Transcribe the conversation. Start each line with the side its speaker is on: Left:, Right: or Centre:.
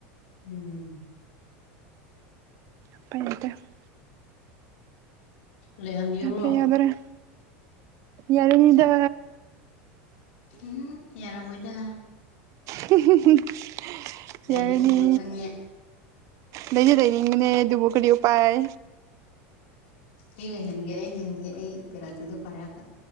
Left: ꯎꯝ
Right: <unintelligible>
Left: ꯂꯩꯍꯟꯕꯤꯌꯨꯔꯣ
Right: ꯌꯥꯗ꯭ꯔ° ꯌꯥꯗ꯭ꯔ° ꯌꯔꯅꯤꯗ
Left: ꯎꯝ ꯌꯥꯔꯝꯃꯣꯏꯗ
Right: <unintelligible>
Left: ꯂꯩꯅꯤꯡꯉꯤꯗꯣ
Right: ꯌꯥꯔꯅꯤ
Left: ꯈꯪꯉꯦ
Right: ꯂꯩꯗꯤ ꯂꯩꯅꯤꯡꯕꯅ° ꯑꯗꯨꯕꯨ ꯀꯔꯤ ꯎꯄꯥꯏ
Left: ꯑꯩ ꯂꯩꯍꯟꯒꯦ ꯑꯩ ꯂꯩꯍꯟꯒꯦ ꯑꯩ ꯄꯦꯔꯥꯆꯨꯗꯨ ꯄꯥꯏꯔꯒ